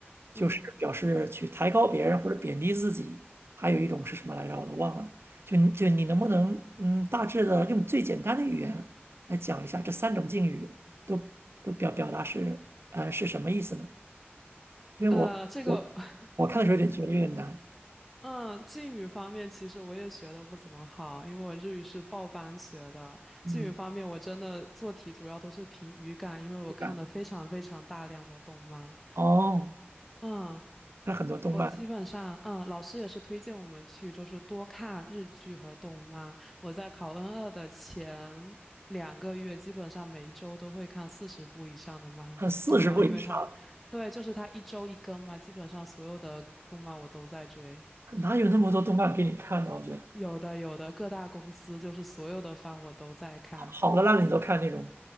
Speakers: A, on the right (about 70°); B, in the centre.
A: 就是表示去抬高别人或者贬低自己，
B: 嗯，
A: 还有一种是什么来着？我都忘了。就你就你能不能嗯，大致的用最简单的语言来讲一下这三种敬语都都表表达是呃是什么意思呢？因为我我我看的时候有点觉得有点难，
B: 呃，这个，<laughs> 嗯，敬语方面其实我也学的不怎么好，因为我日语是报班学的。
A: 嗯，
B: 敬语方面，我真的做题主要都是凭语感，因为我看的非常非常大量的动漫。
A: 对吧？哦，
B: 嗯。
A: 看了很多动漫，
B: 我基本上，嗯，老师也是推荐我们去，就是多看日剧和动漫。我在考 N 二的前两个月，基本上每一周都会看四十部以上的漫动漫，
A: 看四十部以上，
B: 因为它，对，就是它一周一更嘛，基本上所有的动漫我都在追，
A: 哪有那么多动漫给你看呢？我觉得
B: 有的有的各大公司就是所有的番我都在看，
A: 好好的烂的你都看那种，